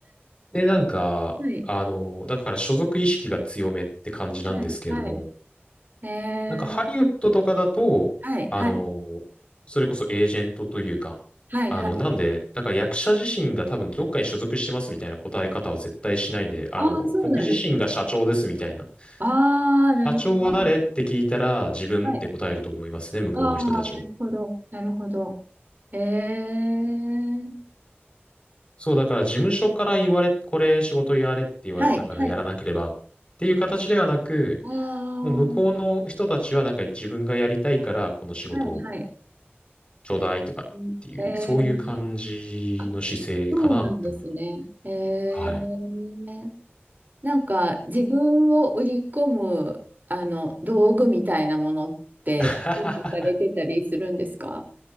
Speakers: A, on the left; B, on the right.
A: で、なんか、
B: はい、
A: あの、だから所属意識が強めって感じなんですけれども、
B: はい、はい。えー、
A: なんかハリウッドとかだと、
B: はい、
A: あの、
B: はい、
A: それこそエージェントというか、
B: はい、
A: あの、
B: はい。
A: なんで、だから役者自身が多分どっかに所属してますみたいな答え方は絶対しないで、あの、
B: ああ、そうなんですね。
A: 僕自身が社長ですみたいな。
B: ああ、
A: 社長は誰って聞いたら自分って答えると思いますね、
B: なるほどな。はい。
A: 向こうの人たちは。
B: ああ、なるほど、なるほど。えー、
A: そう、だから事務所から言われ、これ仕事やれって言われたからやらなければっていう形ではなく、
B: はい、はい。ああ、は
A: もう向こうの人たちはなんか自分がやりたいからこの仕事を
B: い、はい。
A: ちょうだいとかっていう、
B: うんえー、
A: そういう感じの姿勢かなって思います。
B: あ、そうなんですね。えー、
A: はい。
B: なんか自分を売り込むあの道具みたいなものって準備されてたりするんですか
A: <laughs>